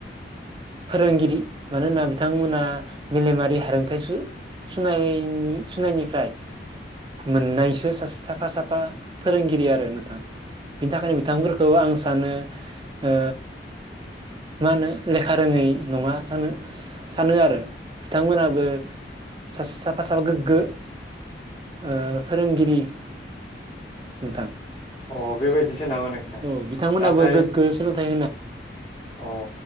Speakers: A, on the right (about 25°); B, on the left (about 25°).
A: फोरोंगिरि मानोना बिथांमोना मेलेमारि हारोंथाइ सु-सुनायनि-सुनायनिफ्राय मोननायसो साफा साफा फोरोंगिरि आरो नोंथां बिनि थाखायनो बिथांफोरखौ आं सानो ओ मा होनो लेखा खारोङै नङा जानो सानो आरो बिथांमोनाबो सासे साफा साफा गोग्गो ओ फोरोंगिरि नोंथां
B: अ बेबायदिसो नामा नोंथां?
A: औ बिथांमोनाबो
B: नाथाय
A: गोग्गो सोलोंथाइ
B: अ